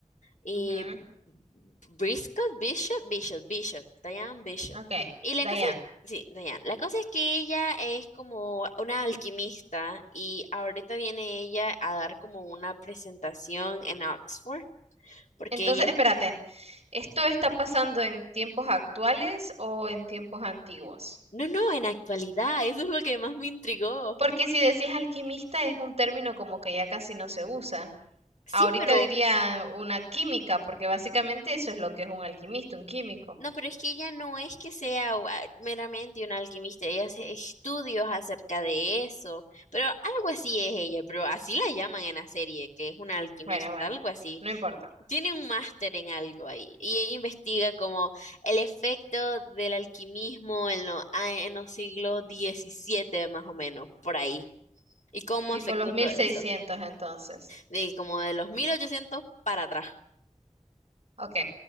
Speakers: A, on the left; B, on the right.
A: Y
B: Ujú,
A: Briscoe, Bishop, Bishop, Bishop, Diane Bishop.
B: Ok,
A: Y la
B: Diane.
A: cosa es, sí, Diane, la cosa es que ella es como una alquimista y ahorita viene ella a dar como una presentación en Oxford, porque
B: Entonces,
A: ella,
B: espérate, ¿esto está pasando en tiempos actuales o en tiempos antiguos?
A: no, no, en actualidad, eso es lo que más me intrigó.
B: Porque si decís alquimista es un término como que ya casi no se usa.
A: Sí,
B: Ahorita
A: pero...
B: diría una química, porque básicamente eso es lo que es un alquimista, un químico.
A: No, pero es que ella no es que sea ua- meramente una alquimista, ella hace estudios acerca de eso, pero algo así es ella, pero así la llaman en la serie, que es una alquimista,
B: Bueno, bueno,
A: algo así.
B: no importa.
A: Tiene un máster en algo ahí y ella investiga como el efecto del alquimismo en, lo- ah, en los siglos diecisiete más o menos, por ahí, y cómo
B: Tipo
A: afectó
B: los mil
A: todo
B: seiscientos
A: eso,
B: entonces.
A: de como de los 1800 para atrás.
B: Ok,